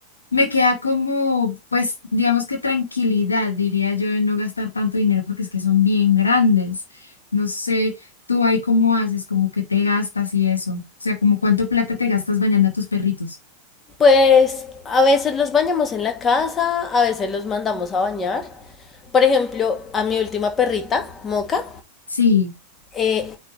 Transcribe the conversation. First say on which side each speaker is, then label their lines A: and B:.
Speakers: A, on the left; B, on the left.
A: Me queda como, pues, digamos que tranquilidad, diría yo, de no gastar tanto dinero porque es que son bien grandes. No sé, tú ahí cómo haces, como que te gastas y eso. O sea, como cuánto plata te gastas bañando a tus perritos.
B: Pues a veces los bañamos en la casa, a veces los mandamos a bañar. Por ejemplo, a mi última perrita, Moca,
A: Sí.
B: eh,